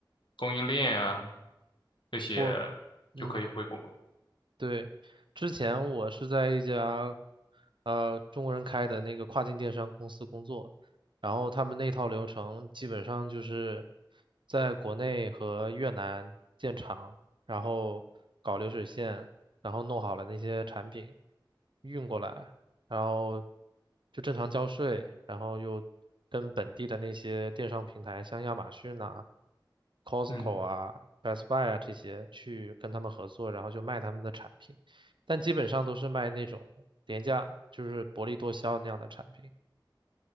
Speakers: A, on the left; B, on the right.
A: 供应链啊这些，
B: 我，嗯。
A: 就可以回国。
B: 对，之前我是在一家呃中国人开的那个跨境电商公司工作，然后他们那套流程基本上就是在国内和越南建厂，然后搞流水线，然后弄好了那些产品运过来，然后就正常交税，然后又跟本地的那些电商平台，像亚马逊啊、Costco
A: 嗯
B: 啊、Best Buy 啊这些去跟他们合作，然后就卖他们的产品，但基本上都是卖那种廉价，就是薄利多销那样的产品。